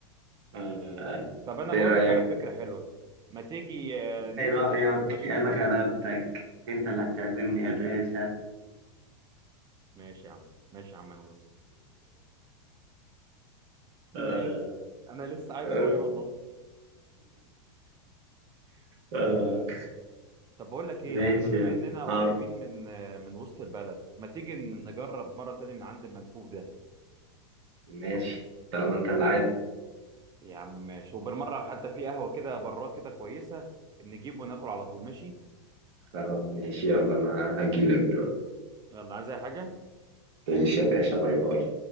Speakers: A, on the right; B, on the right.
A: آه.
B: طب أنا
A: ايه
B: بقول
A: رأيك؟
B: لك على فكرة حلوة ما تيجي آه، ننزل
A: ايه رأيك؟
B: كده نتمشى
A: انا
B: شوية
A: غلبتك انت اللي هتعزمني يا باشا
B: ماشي يا عم ماشي يا عم أنا آسف
A: آه.
B: أنا آسف أنا لسه عيل
A: <laughs>
B: صغير
A: آه.
B: والله
A: آه.
B: طب بقول لك ايه
A: ماشي
B: ما بما
A: يلا.
B: اننا
A: اه
B: قريبين من من وسط البلد ما تيجي نجرب مره تانية من عند الملفوف ده
A: ماشي طالما انت اللي عايز
B: يا عم ماشي وبالمره حتى في قهوه كده براه كده كويسه نجيب وناكل على طول ماشي
A: خلاص ماشي يلا انا هجيلك دلوقتي
B: يلا عايز اي حاجه
A: تعيش يا باشا باي باي